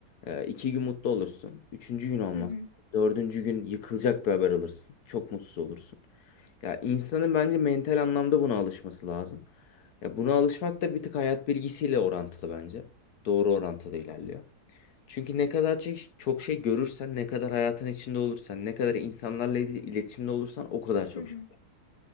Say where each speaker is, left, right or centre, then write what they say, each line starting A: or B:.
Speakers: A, on the left (about 75°); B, on the left (about 30°).
A: Ee, iki gün mutlu olursun. Üçüncü gün olmaz.
B: hı hı,
A: Dördüncü gün yıkılacak bir haber alırsın. Çok mutsuz olursun. Ya insanın bence mental anlamda buna alışması lazım. Ya buna alışmak da bir tık hayat bilgisiyle orantılı bence. Doğru orantılı ilerliyor. Çünkü ne kadar şey- çok şey görürsen, ne kadar hayatın içinde olursan, ne kadar insanlarla il- iletişimde olursan o kadar çok
B: hı hı.
A: şey.